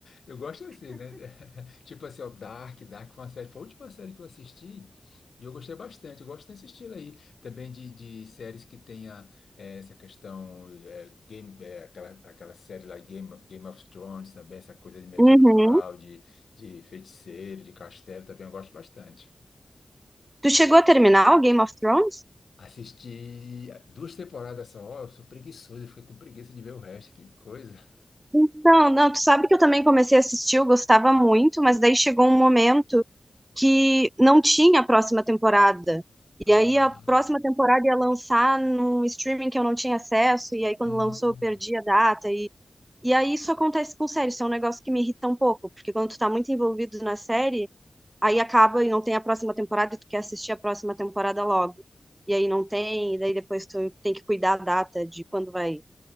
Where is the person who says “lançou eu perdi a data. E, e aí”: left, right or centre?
Right